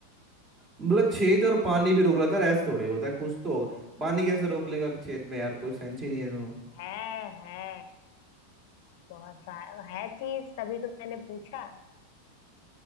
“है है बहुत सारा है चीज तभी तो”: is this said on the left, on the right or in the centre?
Left